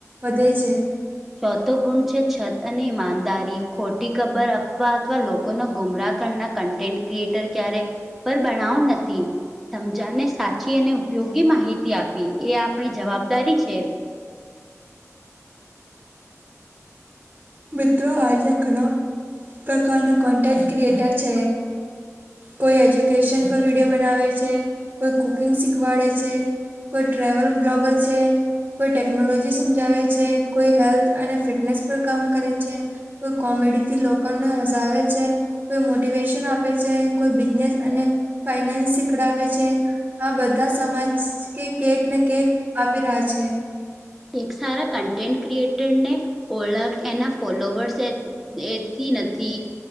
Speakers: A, on the right; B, in the centre.
A: વધે છે.
B: ચોથો ગુણ છે, છત અને ઈમાનદારી ખોટી કબર અફવા અથવા લોકોના ગુમરાહ કરના કં ટેન્ટ ક્રિએટર ક્યારે પર બણાવ નથી સમજાને સાચી અને ઉપયોગી માહિતી આપી એ આ પણી જવાબદારી છે.
A: મિત્રો આજે ઘણા પ્રકારના કોન્ટેન્ટ ક્રિએટર છે. કોઈ એજુકેશન વિડીયો બનાવે છે, કોઈ કુકિંગ શીખવાડે છે. કોઈ ટ્રેવલ બ્લોગર છે. કોઈ ટેકનોલોજી સમજાવે છે, કોઈ હેલ્થ અને ફિટનેસ પર કામ કરે છે.. કોઈ કોમેડીથી લોકોને હસાવે છે. કોઈ મોટિવેશન આપે છે, કોઈ બિઝનેસ અને ફાઈનાન્સ શીખડાવે છે. આ બધા સમાજ કે કેક ને કેક આપી રહ્યા છે.
B: એક સારા કન્ટેન્ટ ક્રિએટર ને ઓળખ એના ફોલોવર્સ એથી નથી